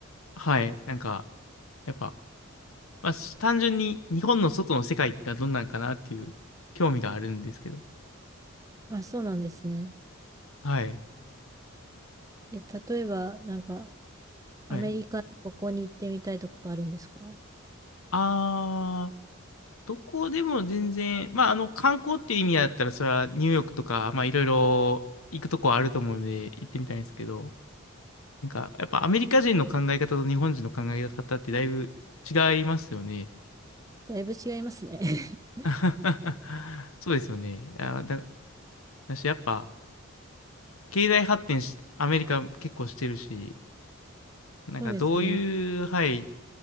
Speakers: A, on the left (about 75°); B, on the right (about 15°).
A: はい。なんか、やっぱ、まあ、し単純に日本の外の世界がどんなんかなっていう興味があるんですけど。
B: あ、そうなんですね。
A: はい。
B: え、例えば、なんか、アメリカのここに行ってみたいとかあるんですか
A: はい。あー、どこでも全然、まあ、あの、観光っていう意味だったら、それはニューヨークとか、まあ、いろいろ行くとこはあると思うので、行ってみたいんですけど、なんか、やっぱアメリカ人の考え方と日本人の考え方ってだいぶ違いますよね。
B: だいぶ違いますね。<laughs>
A: <laughs> そうですよね。あ、だ、だし、やっぱ、経済発展し、アメリカ結構してるし、なんかどういう、
B: そうですね。
A: はい、